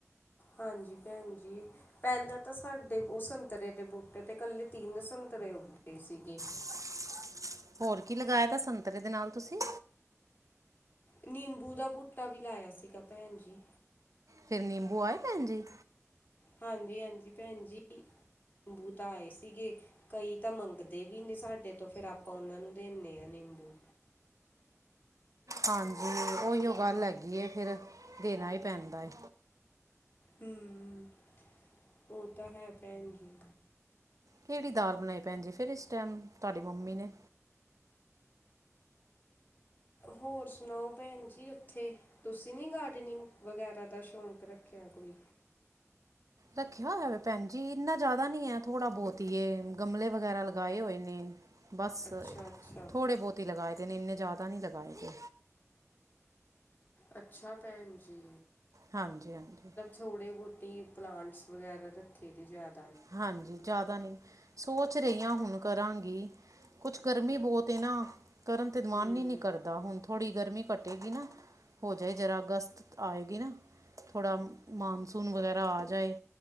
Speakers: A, on the left; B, on the right.
A: ਹਾਂਜੀ, ਭੈਨ ਜੀ। ਪਹਿਲਾਂ ਤਾਂ ਸਾਡੇ ਉਹ, ਸੰਤਰੇ ਦੇ ਬੂਟੇ ਤੇ ਕੱਲੇ ਤਿੰਨ ਸੰਤਰੇ ਉੱਗਏ ਸੀਗੇ।
B: <inaudible> ਹੋਰ ਕੀ ਲਗਾਇਆ ਦਾ ਸੰਤਰੇ ਦੇ ਨਾਲ ਤੁਸੀਂ?
A: ਨਿੰਬੂ ਦਾ ਬੂਟਾ ਵੀ ਲਾਇਆ ਸੀਗਾ ਭੈਣ ਜੀ।
B: ਫਿਰ ਨਿੰਬੂ ਆਏ ਭੈਣ ਜੀ?
A: ਹਾਂਜੀ ਹਾਂਜੀ ਭੈਣ ਜੀ ਬੂ ਤਾਂ ਆਏ ਸੀਗੇ। ਕਈ ਤਾਂ ਮੰਗਦੇ ਵੀ ਨੇ ਸਾਡੇ ਤੋਂ, ਫਿਰ ਆਪਾਂ ਉਹਨਾਂ ਨੂੰ ਦੇਨੇ ਹਾਂ ਨਿੰਬੂ।
B: ਹਾਂਜੀ ਉਹੀਓ ਗੱਲ ਹੈਗੀ ਏ ਫਿਰ ਦੇਣਾ ਹੀ ਪੈਂਦਾ ਏ।
A: ਹੂੰ ਹੂੰ ਉਹ ਤਾਂ ਹੈ ਭੈਣ ਜੀ।
B: ਕਿਹੜੀ ਦਾਲ ਬਣਾਈ ਭੈਣ ਜੀ ਫਿਰ ਇਸ ਟਾਈਮ, ਤੁਹਾਡੀ ਮੰਮੀ ਨੇ
A: ਹੋਰ ਸੁਣਾਓ ਭੈਣ ਜੀ ਉੱਥੇ ਤੁਸੀਂ ਨੀ ਗਾਰਡਨਿੰਗ ਵਗੈਰਾ ਦਾ ਸ਼ੌਕ ਰੱਖਿਆ ਕੋਈ?
B: ਰੱਖਿਆ ਹੋਇਆ ਭੈਣ ਜੀ ਇੰਨਾ ਜ਼ਿਆਦਾ ਨੀ ਹੈ ਥੋੜਾ ਬਹੁਤ ਹੀਏ, ਗਮਲੇ ਵਗੈਰਾ ਲਗਾਏ ਹੋਏ ਨੇ। ਬਸ
A: ਅੱਛਾ ਅੱਛਾ
B: ਥੋੜ੍ਹੇ ਬਹੁਤ ਲਗਾਏ ਦੇ ਨੇ ਇੰਨੇ ਜ਼ਿਆਦਾ ਨਹੀਂ ਲਗਾਏ ਦੇ।
A: ਅੱਛਾ ਭੈਣ ਜੀ।
B: ਹਾਂਜੀ ਹਾਂਜੀ।
A: ਥੋੜ੍ਹੇ ਬਹੁਤੀ ਪਲਾਂਟਸ ਵਗੈਰਾ ਰੱਖੇ ਦੇ ਜ਼ਿਆਦ
B: ਹਾਂਜੀ ਜ਼ਿਆਦਾ ਨਹੀਂ। ਸੋਚ ਰਹੀ ਆਂ ਹੁਣ ਕਰਾਂਗੀ, ਕੁਛ ਗਰਮੀ ਬਹੁਤ ਏ ਨਾ। ਕਰਨ ਤੇ ਮਨ
A: ਹੂੰ
B: ਹੀ ਨਹੀਂੀ ਕਰਦਾ ਹੁਣ ਥੋੜ੍ਹੀ ਗਰਮੀ ਘੱਟੇਗੀ ਨਾ ਹੋ ਜਾਏ ਜਰਾ ਅਗਸਤ ਆਏਗੀ ਨਾ ਥੋੜ੍ਹਾ ਮਾਨਸੂਨ ਵਗੈਰਾ ਆ ਜਾਏ।